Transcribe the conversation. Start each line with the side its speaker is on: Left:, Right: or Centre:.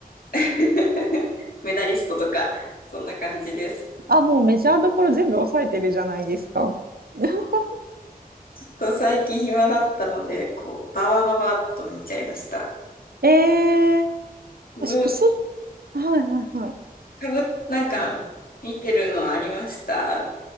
Left: <laughs> メダリストとか、そんな感じです。
Right: あ、もうメジャーどころ全部抑えてるじゃないですか。<laughs>
Left: ちょっと最近暇だったので、こう、ババババッと見ちゃいました。
Right: えー、
Left: どう、
Right: 私、薬はいはいはい。
Left: かぶ、なんか、見てるのありました